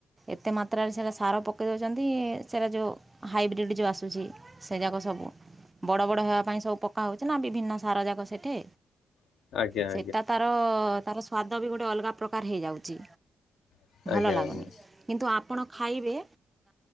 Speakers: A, on the right (about 20°); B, on the left (about 80°).
A: ଏତେ ମାତ୍ରାରେ ସେଗୁଡା ସାର ପକେଇ ଦେଉଛନ୍ତି ସେଟା ଯେଉଁ ହାଇବ୍ରିଡ଼୍ ଯେଉଁ ଆସୁଛି ସେ ଯାକ ସବୁ ବଡ଼ ବଡ଼ ହେବା ପାଇଁ ସବୁ ପକ୍କା ହେଉଛି ନା ବିଭିନ୍ନ ସାର ଯାକ ସେଠି
B: ଆଜ୍ଞା ଆଜ୍ଞା
A: ସେଟା ତାର ତାର ସ୍ୱାଦ ବି ଗୋଟେ ଅଲଗା ପ୍ରକାର ହେଇଯାଉଛି
B: ଆଜ୍ଞା
A: ଭଲ ଲାଗୁନି
B: ଆଜ୍ଞା
A: କିନ୍ତୁ ଆପଣ ଖାଇବେ